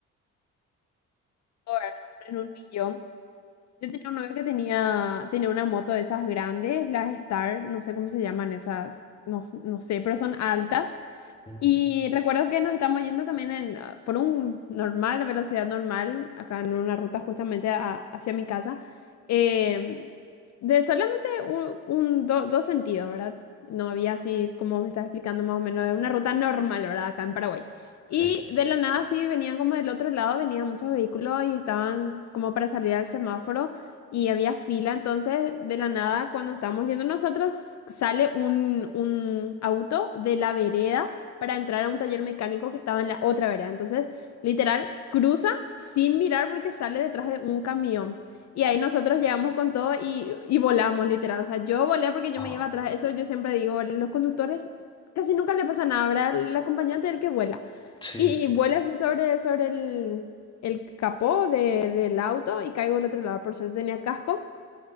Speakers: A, on the left; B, on the left.
A: o En un millón. Yo tenía un novio que tenía, tenía una moto de esas grandes, las Star, no sé cómo se llaman esas, no, no sé, pero son altas.
B: Ujú,
A: Y recuerdo que nos estamos yendo también en, ah, por un normal, velocidad normal, acá en una ruta justamente a- hacia mi casa, eh, de solamente un, un- do- dos sentidos, ¿verdad? No había así, como me estás explicando más o menos, una ruta normal, ¿verdad? Acá en Paraguay. Y
B: Sí.
A: de la nada sí venían como del otro lado, venían muchos vehículos y estaban como para salir al semáforo y había fila, entonces de la nada cuando estábamos yendo nosotros sale un, un auto de la vereda para entrar a un taller mecánico que estaba en la otra vereda. Entonces, literal, cruza sin mirar porque sale detrás de un camión. Y ahí nosotros llegamos con todo y, y volamos, literal. O sea, yo volé porque yo
B: Ah,
A: me iba atrás. Eso yo siempre digo, los conductores casi nunca le pasa nada, ¿verdad? El acompañante es el que vuela.
B: sí.
A: Y, y vuela así sobre, sobre el, el capó de- del auto y caigo al otro lado. Por suerte tenía casco.